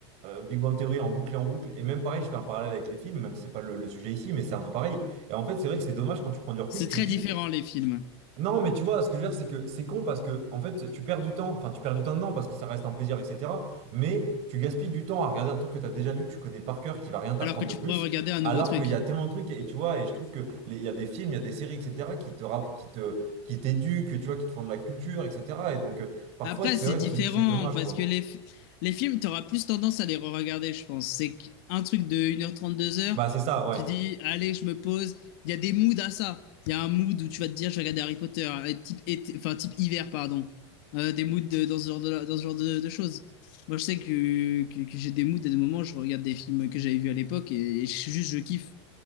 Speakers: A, on the right; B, on the left.
A: Big Bang Theory en boucle et en boucle, et même pareil, je fais un parallèle avec les films, même si c'est pas le, le sujet ici, mais c'est un peu pareil. Et en fait, c'est vrai que c'est dommage quand tu prends du recul,
B: C'est
A: tu
B: très
A: te dis.
B: différent, les films.
A: Non, mais tu vois, ce que je veux dire, c'est que c'est con parce que, en fait, tu perds du temps. Enfin, tu perds du temps, non, parce que ça reste un plaisir, etc. Mais tu gaspilles du temps à regarder un truc que tu as déjà vu, que tu connais par cœur, qui va rien t'apprendre
B: Alors que tu
A: de plus,
B: pourrais regarder un
A: alors
B: nouveau truc.
A: qu'il y a tellement de trucs, et tu vois, et je trouve que les- il y a des films, il y a des séries, etc., qui te, rapp- qui te, qui t'éduquent, tu vois, qui te font de la culture, etc. Et donc, euh, parfois,
B: Après,
A: c'est
B: c'est
A: vrai
B: différent
A: que si tu te dis, c'est dommage,
B: parce
A: quoi.
B: que les, fi- les films, tu auras plus tendance à les re-regarder, je pense. C'est qu'un truc de une heure trente deux heures
A: Bah, c'est ça, ouais.
B: tu dis, allez, je me pose. Il y a des moods à ça. Il y a un mood où tu vas te dire, je vais regarder Harry Potter, euh, type, été- enfin, type hiver, pardon. Euh, des moods de- dans ce genre de, dans ce genre de, de choses. Moi, je sais que, que, que j'ai des moods et des moments, où je regarde des films que j'avais vus à l'époque et, et je- juste, je kiffe.